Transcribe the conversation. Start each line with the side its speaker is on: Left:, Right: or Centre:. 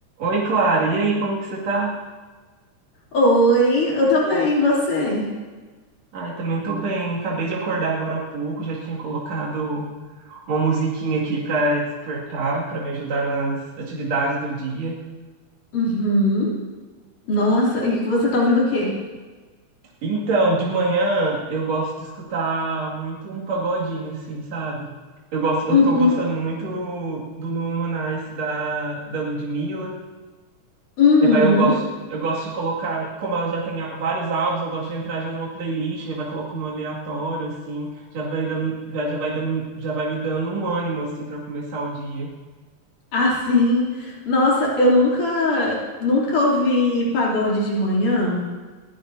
Right: Oi, Clara. E aí, como é que você tá?
Left: Oi, eu também, e você?
Right: Ai, também tô bem. Acabei de acordar agora há pouco, já tinha colocado uma musiquinha aqui pra despertar, pra me ajudar nas atividades do dia.
Left: Uhum. Nossa, e você tá ouvindo o quê?
Right: Então, de manhã eu gosto de escutar muito um pagodinho assim, sabe? Eu gosto, eu
Left: Uhum.
Right: tô gostando muito do Nuno Manais, da da Ludmilla.
Left: Uhum.
Right: É, vai, eu gosto, eu gosto de colocar, como ela já tem a- vários álbuns, eu gosto de entrar já numa playlist, já vai colocando no aleatório, assim, já vai dando, já, já vai dando, já vai me dando um ânimo, assim, para começar o dia.
Left: Ah, sim. Nossa, eu nunca, nunca ouvi pagode de manhã.